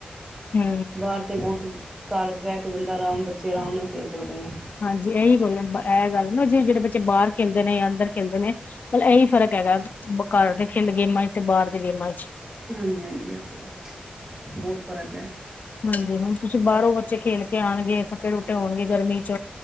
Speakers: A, on the left; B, on the right.
A: ਹੈ
B: ਘਰ ਤੇ ਬਹੁਤ, ਘਰ ਬਹਿ ਕੇ ਬੰਦਾ ਆਰਾਮ ਬੱਚੇ ਆਰਾਮ ਨਾਲ ਖੇਡ ਸਕਦੇ ਨੇ
A: ਹਾਂਜੀ ਇਹੀ ਗੱਲ ਹੈ, ਇਹ ਗੱਲ ਨਾ ਜੀ ਜਿਹੜੇ ਬੱਚੇ ਬਾਹਰ ਖੇਡਦੇ ਨੇ, ਜਾਂ ਅੰਦਰ ਖੇਲਦੇ ਨੇ ਮਤਲਬ ਇਹੀ ਫਰਕ ਹੈਗਾ, ਘਰ ਦੇ ਖੇਲ ਗੇਮਾਂ ਚ ਤੇ ਬਾਹਰ ਦੇ ਗੇਮਾਂ ਚ
B: ਹਾਂਜੀ ਹਾਂਜੀ ਏ ਤੇ ਹੈ, ਬਹੁਤ ਫ਼ਰਕ ਹੈ
A: ਹਾਂਜੀ ਹੁਣ ਤੁਸੀਂ ਬਾਹਰੋਂ ਬੱਚੇ ਖੇਲ ਕੇ ਆਉਣਗੇ ਥਕੇ ਟੂਟੇ ਹੋਉਣਗੇ ਗਰਮੀ ਚ,